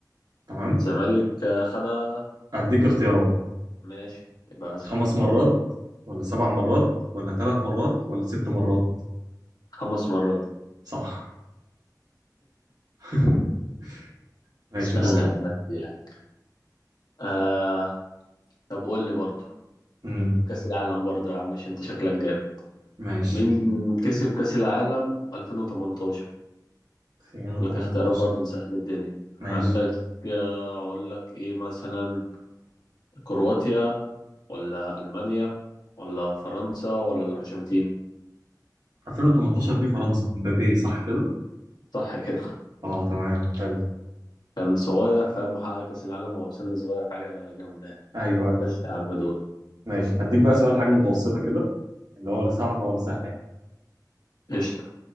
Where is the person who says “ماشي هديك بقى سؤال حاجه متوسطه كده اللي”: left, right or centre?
Right